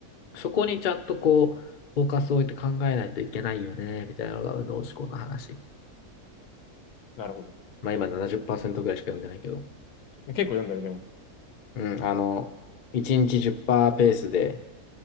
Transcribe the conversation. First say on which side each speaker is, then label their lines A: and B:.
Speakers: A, on the left; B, on the left.
A: そこにちゃんとこう、フォーカスを置いて考えないといけないよね、みたいなのが右脳思考の話。
B: なるほど。
A: まあ今70%ぐらいしか読んでないけど。
B: 結構読んだね、でも。
A: うん、あの、1日10%ペースで、